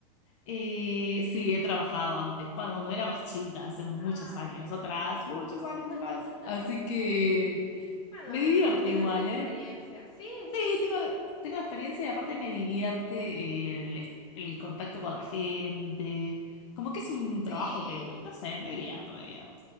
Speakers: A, on the left; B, on the left.
A: Eh, sí, he trabajado antes, cuando, cuando era más chica, hace muchos
B: Ah,
A: años
B: ok,
A: atrás,
B: ok.
A: muchos años atrás.
B: <laughs>
A: Así que
B: Bueno,
A: me
B: al menos
A: divierte
B: ya tienes
A: igual,
B: experiencia.
A: ¿eh?
B: Sí, sí,
A: Sí, tengo, tengo experiencia y aparte me divierte el, el contacto con la gente. Como que es un trabajo
B: sí,
A: que, me- no sé, me divierto, me divierto.